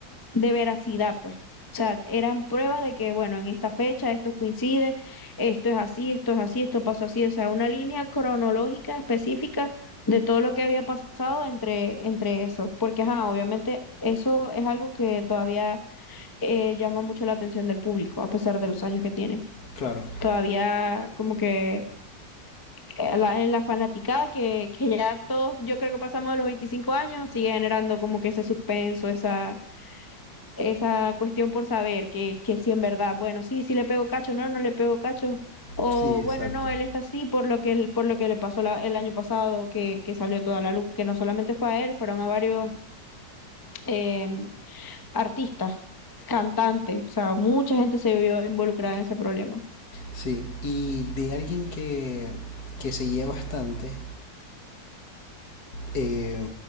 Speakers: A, on the left; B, on the left.
A: de veracidad, pues. O sea, eran pruebas de que, bueno, en esta fecha esto coincide, esto es así, esto es así, esto pasó así, o sea, una línea cronológica específica de todo lo que había pasado entre, entre eso, porque, ajá, obviamente eso es algo que todavía eh, llama mucho la atención del público, a pesar de los años que tiene.
B: Claro.
A: Todavía como que eh, la- en la fanaticada, que, que ya todos, yo creo que pasamos de los 25 años, sigue generando como que ese suspenso, esa, esa cuestión por saber que, que si en verdad, bueno, sí, sí le pego cacho, no, no le pego cacho. O
B: Sí, exacto.
A: bueno, no, él está así por lo que, él- por lo que le pasó la- el año pasado, que, que salió toda la luz, que no solamente fue a él, fueron a varios em, artistas, cantantes, o sea, mucha gente se vio involucrada en ese problema.
B: Sí. Y de alguien que, que seguía bastante eh,